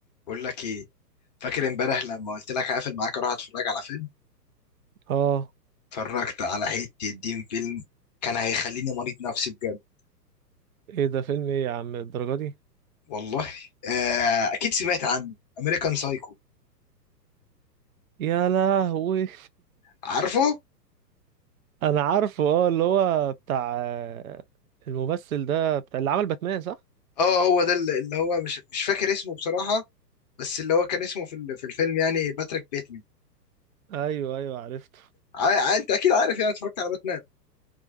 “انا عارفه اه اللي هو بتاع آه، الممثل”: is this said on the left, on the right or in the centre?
Right